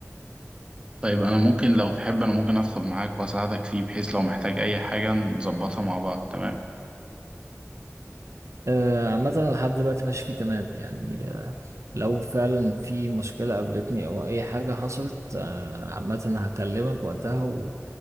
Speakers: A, on the right; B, on the right.
A: طيب أنا ممكن لو تحب أنا ممكن أدخل معاك وأساعدك فيه بحيث لو محتاج أي حاجة نظبطها مع بعض تمام
B: آه، عامة أنا لحد دلوقتي ماشي فيه تمام يعني آه، لو فعلا في مشكلة قابلتني أو أي حاجة حصلت آه، عامة هكلمك وقتها و-